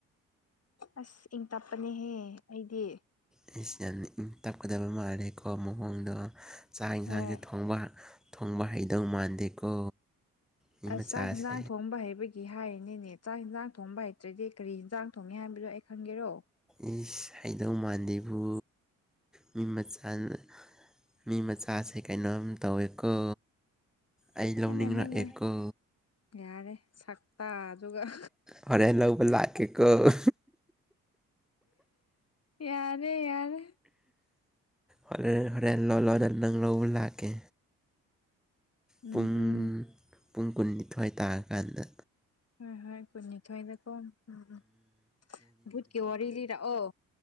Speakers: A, on the left (about 35°); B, in the centre.
A: ꯑꯁ ꯏꯪ ꯇꯞꯄꯅꯦꯍꯦ ꯑꯩꯗꯤ
B: ꯑꯩꯁꯤ ꯌꯥꯝ ꯏꯪ ꯇꯞꯀꯗꯕ ꯃꯥꯜꯂꯦꯀꯣ ꯃꯑꯣꯣꯡꯗꯣ ꯆꯥꯛ ꯌꯦꯟꯁꯥꯡꯁꯦ
A: ꯍꯣꯏ
B: ꯊꯣꯡꯕ ꯊꯣꯡꯕ ꯍꯩꯗꯧ ꯃꯥꯟꯗꯦꯀꯣ ꯃꯤ ꯃꯆꯥꯁꯦ
A: ꯑ ꯆꯥꯛ ꯌꯦꯟꯖꯥꯡ ꯊꯣꯡꯕ ꯍꯥꯏꯩꯕꯒꯤ ꯍꯥꯏꯔꯤꯅꯤꯅꯦ ꯆꯥꯛ ꯌꯦꯟꯖꯥꯡ ꯊꯣꯡꯕ ꯍꯩꯇ꯭ꯔꯗꯤ ꯀꯔꯤ ꯌꯦꯟꯖꯥꯡ ꯊꯣꯡꯒꯦ ꯍꯥꯏꯕꯗꯣ ꯑꯩ ꯈꯪꯒꯦꯔꯣ
B: ꯏꯁ ꯍꯩꯗꯧ ꯃꯥꯟꯗꯕꯨ ꯃꯤ ꯃꯆꯥꯅ ꯃꯤ ꯃꯆꯥꯁꯦ ꯀꯩꯅꯣꯝ ꯇꯧꯋꯦꯀꯣ ꯑꯩ ꯂꯧꯅꯤꯡꯔꯛꯑꯦꯀꯣ
A: ꯍꯣꯏꯅꯦ ꯍꯣꯏꯅꯦ ꯌꯥꯔꯦ ꯁꯛꯇ ꯑꯗꯨꯒ
B: ꯐꯔꯦꯜꯂꯧꯕꯂ ꯀꯀꯣ
A: ꯌꯥꯔꯦ ꯌꯥꯔ
B: ꯍꯣꯔꯦꯟ ꯍꯣꯔꯦꯟ ꯂꯣ ꯂꯣꯗ ꯅꯪ ꯂꯧꯕ ꯂꯥꯛꯀꯦ
A: ꯎꯝ
B: ꯄꯨꯡ
A: ꯎꯝ
B: ꯄꯨꯡ ꯀꯨꯟꯅꯤꯊꯣꯏ ꯇꯥꯔꯀꯥꯟꯗ
A: ꯍꯣꯏ ꯍꯣꯏ ꯀꯨꯟꯅꯤꯊꯣꯏꯗꯀꯣ ꯎꯝ ꯎꯝ ꯚꯨꯠꯀꯤ ꯋꯥꯔꯤ ꯂꯤꯔꯛꯑꯣ